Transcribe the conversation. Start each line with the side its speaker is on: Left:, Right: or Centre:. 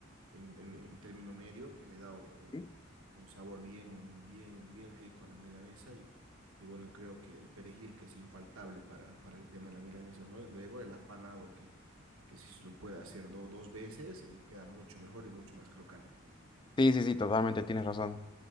Right: en, en, en término medio, que le da un, un-
Left: Sí,
Right: un sabor bien, bien, bien rico a la milanesa y, y bueno, creo que el perejil que es infaltable para, para el tema de la milanesa, ¿no? Y luego el apanado que, que si se lo puede hacer do- dos veces, eh, queda mucho mejor y mucho más crocante.
Left: sí, sí, sí, totalmente, tienes razón.